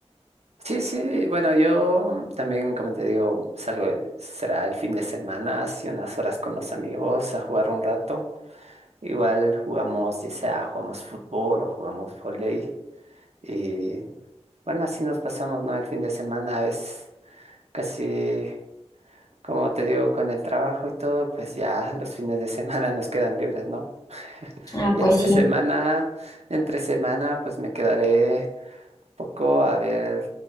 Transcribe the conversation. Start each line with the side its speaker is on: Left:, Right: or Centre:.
Right: Sí, sí, bueno, yo también, como te digo, salgo, será el fin de semana, hace unas horas con los amigos a jugar un rato. Igual jugamos, ya sea jugamos fútbol o jugamos vóley. Y bueno, así nos pasamos, ¿no? El fin de semana a veces casi, como te digo, con el trabajo y todo, pues ya los fines de <laughs> semana nos quedan libres, ¿no? <laughs>
Left: Ah,
Right: Y
Left: pues
Right: entre
Left: sí.
Right: semana, entre semana, pues me quedaré poco a ver,